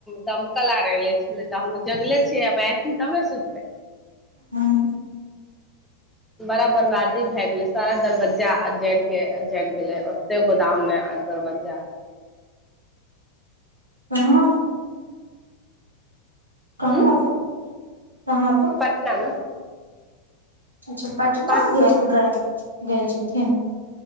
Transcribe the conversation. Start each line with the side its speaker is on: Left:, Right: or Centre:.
Centre: दमकल आर एले छले त हम जगले छियै तब ने सुतबै
Right: हं
Centre: बड़ा बर्बादी भए गेलै सारा दरवज्जा जड़ के जरि गेलै ओते गोदाम मे दरवज्जा आर
Right: कहाँ कहाँ
Centre: उं
Right: त कहाँ तक
Centre: पटना मे
Right: अच्छा पटना
Centre: पट
Right: ग गए गेल छथिन